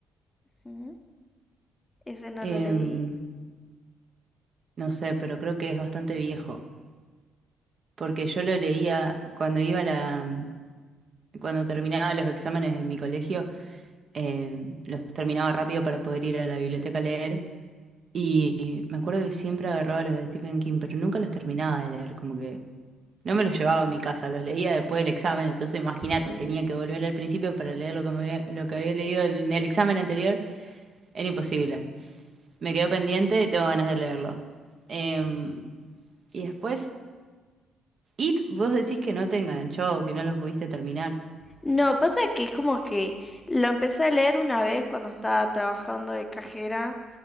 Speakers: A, on the left; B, on the right.
A: Uh-huh. Ese no
B: em,
A: lo leí.
B: no sé, pero creo que es bastante viejo, porque yo lo leía cuando iba a la, cuando terminaba los exámenes en mi colegio, em, los terminaba rápido para poder ir a la biblioteca a leer. Y me acuerdo que siempre agarraba los de Stephen King, pero nunca los terminaba de leer, como que No me los llevaba a mi casa, los leía después del examen, entonces imagínate,
A: Sí.
B: tenía que volver al principio para leer lo que, me había, lo que había leído en el examen anterior, era imposible. Me quedó pendiente y tengo ganas de leerlo. Em, y después, It, vos decís que no te enganchó, que no lo pudiste terminar.
A: No, pasa que es como que lo empecé a leer una vez cuando estaba trabajando de cajera